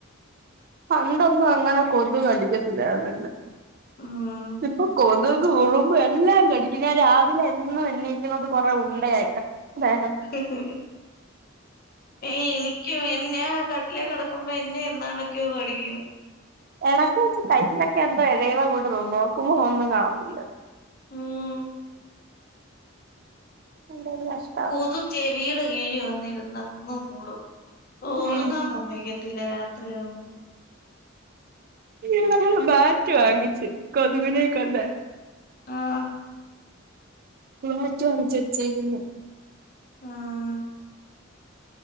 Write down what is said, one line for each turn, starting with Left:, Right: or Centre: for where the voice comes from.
Right: പണ്ടൊന്നും അങ്ങനെ കൊതുക് കടിക്കത്തില്ലായിരുന്ന് എന്നെ
Left: ഉം
Right: ഇപ്പൊ കൊതു കൊത്കും ഉറുമ്പും എല്ലാം കടിക്കും ഞാൻ രാവിലെ എന്നും എണീക്കുന്നത് കൊറേ ഉണ്ടയായിട്ടാ ദേഹ
Left: ഹ് ഹ് ഹ് ഏയ് എനിക്കും ഞാൻ കട്ടിലേ കെടക്കുമ്പോ എന്നെ എന്താണ്ടൊക്കെ കടിക്കും
Right: എടക്ക് വെച്ച് കയ്യിലൊക്കെ എന്തോ ഇഴയുന്ന കൂട്ട് തോന്നും നോക്കുമ്പോ ഒന്നും കാണത്തില്ല
Left: ഉം
Right: എന്തൊരു കഷ്
Left: കൊതു ചെവീടെ കീഴി വന്നിര്ന്ന് എന്നും മൂളും ഉറങ്ങാൻ
Right: ഉം
Left: സമ്മയിക്ക ത്തില്ല രാത്രിയാവുമ്പോ
Right: ഇവടെ ഞങ്ങള് ബാറ്റ് വാങ്ങിച്ച് കൊതുകിനെ കൊല്ലാൻ
Left: ആഹ്
Right: ബാറ്റ് വാങ്ങിച്ച് വെച്ചേക്ക്ന്ന്
Left: ആഹ്